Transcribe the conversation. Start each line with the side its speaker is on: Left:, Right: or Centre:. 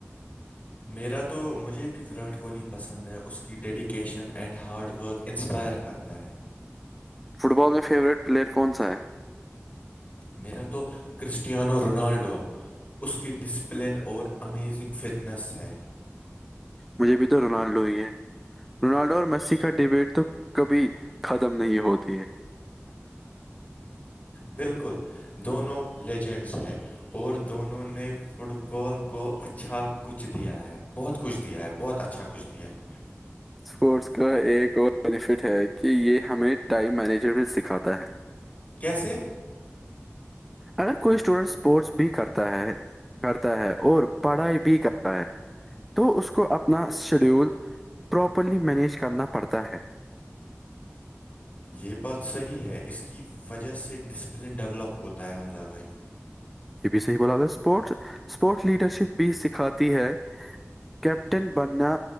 Left: میرا تو مجھے بھی وراٹ کوہلی پسند ہے اس کی dedication and hard work inspire کرتا ہے
Centre: فٹ بال میں فیوریٹ پلیئر کون سا ہے
Left: میرا تو کرسٹییاانو روونالڈو آ اس کی ڈسپلن اور امیزنگ فٹنس ہے
Centre: مجھے بھی تو رونالڈو ہی ہے رونالڈو اور میسی کا ڈبیٹ تو کبھی ختم نہیں ہوتی ہے
Left: بالکل دونوں لیجنڈس ہے اور دونوں نے فٹ بال کو اچھا کچھ دیا ہے بہت کچھ دیا ہے بہت اچھا کچھ دیا ہے
Centre: اسپورٹس کا ایک اور بینیفٹ ہے کہ یہ ہمیں ٹائم مینیجرمٹ سکھاتا ہے
Left: کیسے
Centre: اگر کوئی اسٹوڈنٹ اسپورٹس بھی کرتا ہے کرتا ہے اور پڑھائی بھی کرتا ہے تو اس کو اپنا شیڈیول پراپرلی مینیج کرنا پڑتا ہے
Left: یہ بات صحیح ہے اس کی وجہ سے ڈسپلن ڈیولپ ہوتا ہے حمزہ بھائی
Centre: یہ بھی صح بولا د اسپورٹ اسپورٹس لیڈر شپ بھی سکھاتی ہے کیپٹن بننا